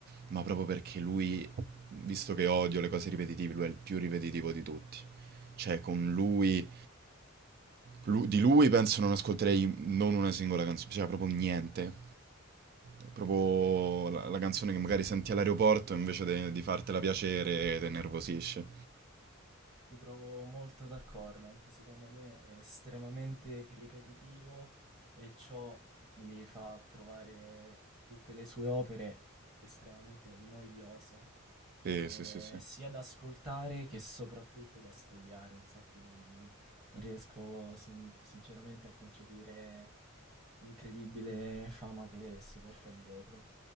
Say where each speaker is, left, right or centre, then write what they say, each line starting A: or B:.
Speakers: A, on the right; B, on the right.
A: ma proprio perché lui, visto che odio le cose ripetitive, lui è il più ripetitivo di tutti. Cioè, con lui, lu- di lui penso non ascolterei non una singola canzone, cioè proprio niente. È Proprio la, la canzone che magari
B: Sì.
A: senti all'aeroporto invece de- di fartela piacere, te nervosisce.
B: Mi trovo molto d'accordo, anche secondo me è estremamente ripetitivo e ciò mi fa trovare tutte le sue opere estremamente noiose,
A: Sì,
B: eh,
A: sì, sì, sì.
B: sia da ascoltare che soprattutto da studiare. Infatti non, non riesco sin- sinceramente a concepire l'incredibile fama che si porta dietro.